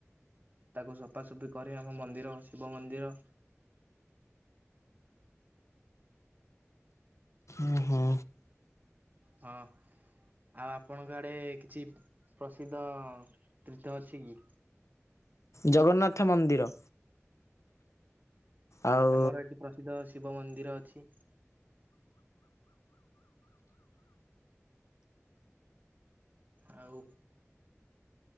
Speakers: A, on the right (about 35°); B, on the left (about 80°).
A: ତାକୁ ସଫାସୁଫି କରି ଆମ ମନ୍ଦିର ଶିବ ମନ୍ଦିର।
B: ଓ ହଁ।
A: ହଁ। ଆଉ ଆପଣଙ୍କ ଆଡେ କିଛି ପ୍ରସିଦ୍ଧ ତୀର୍ଥ ଅଛି କି।
B: ଜଗନ୍ନାଥ ମନ୍ଦିର। ଆଉ
A: ଆମର ଏଠି ପ୍ରସିଦ୍ଧ ଶିବ ମନ୍ଦିର ଅଛି। ଆଉ।